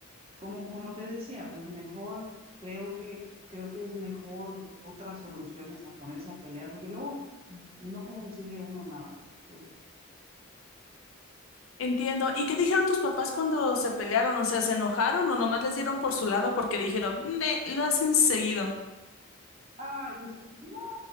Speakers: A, on the right; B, on the left.
A: Como, como te decía, pues mejor, creo que, creo que es mejor otras soluciones a ponerse a pelear, porque luego no consigue uno nada. Entonces,
B: Entiendo. ¿Y qué dijeron tus papás cuando se pelearon? O sea, ¿se enojaron o nomás les dieron por su lado porque dijeron, ne, lo hacen seguido?
A: ay, pues no,